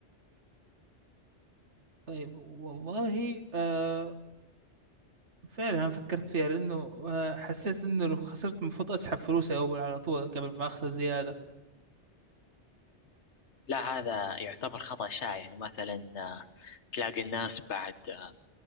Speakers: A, on the right (about 75°); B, on the left (about 75°).
A: طيب والله آه فعلا أنا فكرت فيها لأنه آه حسيت إنه لو خسرت المفروض أسحب فلوسي أول على طول قبل ما أخسر زيادة
B: لا هذا يعتبر خطأ شائع يعني مثلا آه، تلاقي الناس بعد آه،